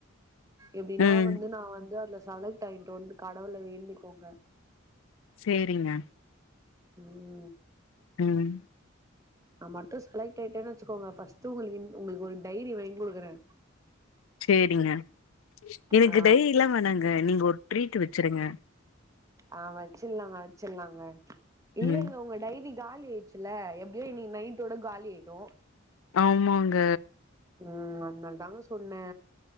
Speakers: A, on the right (about 15°); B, on the left (about 80°).
A: எப்டின்னா
B: ம்
A: வந்து நா வந்து அதுல செலக்ட் ஆகிடனுன்னு கடவுள வேண்டிங்கோங்க
B: சேரிங்க
A: ம்
B: ம்
A: நா மட்டு செலக்ட் ஆயிட்டேன்னு வச்சுக்கோங்க ஃபர்ஸ்ட் உங்களுக்கு இன் உங்களுக்கு ஒரு டைரி வாங்கி குடுக்குறே
B: சேரிங்க எனக்கு
A: ஆ
B: டைரிலா வேணாங்க நீங்க ஒரு ட்ரீட் வச்சிருங்க
A: ஆ வச்சிர்லாங்க வச்சிர்லாங்க இல்லங்க
B: ம்
A: உங்க டைரி காலி ஆயிடுச்சில்ல எப்டியோ இன்னக்கி நைட்டோட காலி ஆயிடு
B: ஆமாங்க
A: ம் அதுனால தாங்க சொன்னே